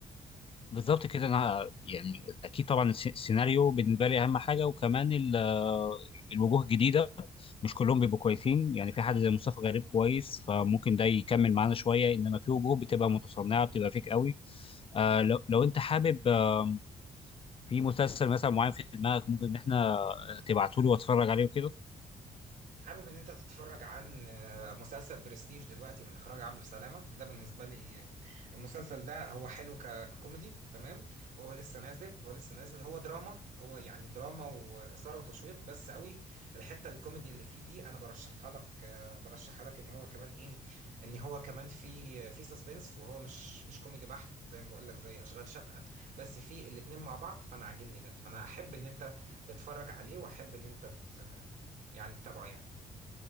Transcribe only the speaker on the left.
بالظبط كده انا يعني اكيد طبعا الس- السيناريو بالنسبة لي اهم حاجة وكمان ال- آه، الوجوه الجديدة مش كلهم بيبقوا كويسين يعني في حد زي مصطفى غريب كويس فممكن ده يكمل معانا شوية انما في وجوه بتبقى متصنعة بتبقى فيك قوي آه لو, لو انت حابب آه في مسلسل مثلا معين في دماغك ممكن ان احنا تبعته لي واتفرج عليه وكده